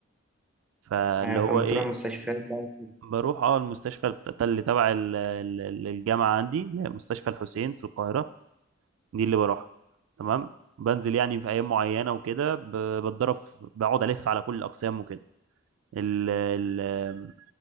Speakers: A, on the right; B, in the centre.
A: فاللي
B: ايوه
A: هو
B: فلما
A: ايه
B: بتروح مستشفيات بقى وكده.
A: بروح اه المستشفى بتاعت- اللي تبع ال- ال- ال- الجامعه عندي اللي هي مستشفى الحسين في القاهره دي اللي بروحها تمام بنزل يعني في ايام معينه وكده ب- بتدرب في- بقعد الف على كل الاقسام وكده ال- ال-